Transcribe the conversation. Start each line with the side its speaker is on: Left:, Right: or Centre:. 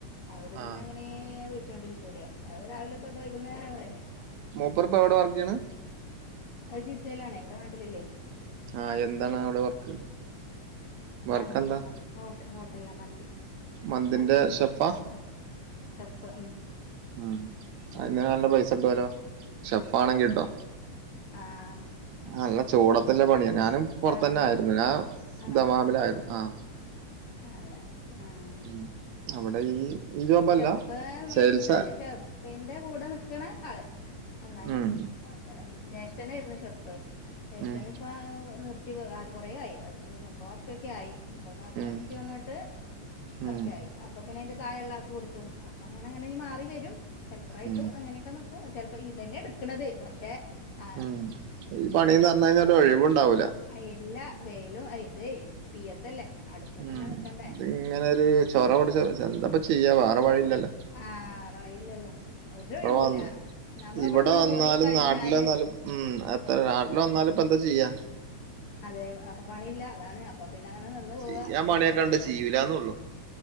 Left: അവര്
Right: ആഹ്
Left: പിന്നെ അങ്ങനെ വിളിച്ചോണ്ടിരിക്കൂല്ലേ അവര് രാവിലെ തൊട്ട് വൈകുന്നേരം വരെ ഉണ്ടാവും.
Right: മൂപ്പർ ഇപ്പം എവിടവർക്ക് ചെയ്യണേ?
Left: അ ജിദ്ദേലാണെ ഇവിടെ നാട്ടിലില്ലേ.
Right: ആഹ് എന്താണ് അവിടെ വർക്ക്? വർക്ക്
Left: മന്തിയാ
Right: എന്താ
Left: മ ഹോട്ടൽ ഹോട്ടലാ മന്തി
Right: മന്തിന്റെ
Left: മന്തിന്ന്
Right: ഷെഫാ
Left: ആ. ഷെഫ് ഉം.
Right: ഉം അയിന്
Left: ഉം
Right: നല്ല പൈസട്ടുവല്ലോ ഷെഫ് ആണെങ്കിട്ടോ.
Left: ആഹ്.
Right: നല്ല ചൂടത്തില്ല പണിയാ ഞാനും പൊറത്തന്നെ
Left: ആ അതെ
Right: ആയിരുന്നു ഞാൻ
Left: ആണോ
Right: ദമാമിലായിരുന്നു ആഹ്.
Left: അതെ ആ
Right: ഉം അവിടെ ഈ ജോബല്ല
Left: ഷെഫ് മീൻസ്
Right: സെയിൽസാ
Left: ഷെഫിന്റെ കൂടെ നിക്ക്ണ ആള്. എന്നാലും.
Right: ഉം
Left: ജേഷ്ഠനായിരുന്നു ഷെഫ്. ജേഷ്ഠനും
Right: ഉം
Left: ഇപ്പ അഹ് നിർത്തി അത് കൊറെആയി അത് മുപ്പത് വർഷൊക്കെ ആയി. അപ്പൊ കാക്ക
Right: ഉം
Left: നിർത്തി വന്നിട്ട് കുറച്ചായി
Right: ഉം
Left: അപ്പൊ പിന്നെ അയിന്റെ താഴെള്ള ആ ക്ക് കൊടുത്തു അപ്പ അങ്ങനങ്ങനെ മാറി വരും ഹെൽപ്പറായിട്ടും
Right: ഉം
Left: അങ്ങനെ <unintelligible> നിക്കും ചിലപ്പോ ഇതന്നെ എടുക്ക്ണത് പക്ഷെ ആ
Right: ഉം ഈ പണിന്ന്റഞ്ഞ അയിനൊരു ഒഴിവുണ്ടാവില്ല.
Left: അയ് എല്ലാ വെയിലും ഇത് തീയത്തല്ലേ. അടുപ്പത്ത്ങ്ങനെ
Right: ഉം
Left: നിക്കണ്ടേ
Right: ഇതി
Left: ആഹ്
Right: ഇങ്ങനൊരു ചൊറ പിടിച്ച എന്തപ്പ ചെയ്യാ വേറെ വഴിയില്ലല്ലോ.
Left: ആഹ് വേറെ വയില്ലല്ലോ ഒരു ഒഴിവുല്ല
Right: ഇവിടെ വ
Left: നമ്മളെവിടന്നാണ്
Right: ഇവിടെ വന്നാലും
Left: പോയി കഴിഞ്ഞാലേ.
Right: നാട്ടില് വന്നാലും ഉം എത്ര നാട്ടില് വന്നാലും ഇപ്പ എന്താ ചെയ്യാ.
Left: അതെ വേറെ പണിയില്ല അതാണ് അപ്പൊ പിന്നെ അങ്ങനെ നിന്ന് പോവാ
Right: ചെയ്യാൻ പണിയൊക്കെ
Left: കടങ്ങളൊക്കെ
Right: ഉണ്ട് ചെയ്യൂലാന്നൊള്ളു